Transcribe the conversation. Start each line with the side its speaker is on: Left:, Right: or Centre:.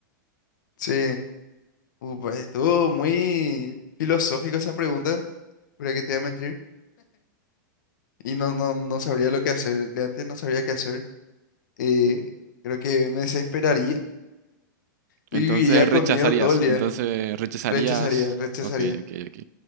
Left: sí. Uh, pues estuvo muy filosófico esa pregunta, pero que te voy a mentir. y no, no, no sabría lo que hacer. De antes no sabría qué hacer. eh, creo que me desesperaría
Right: Entonces
Left: y viviría con
Right: rechazarías,
Left: miedo todo el día.
Right: entonces rechazarías.
Left: Rechazaría, rechazaría.
Right: Ok, ok, ok.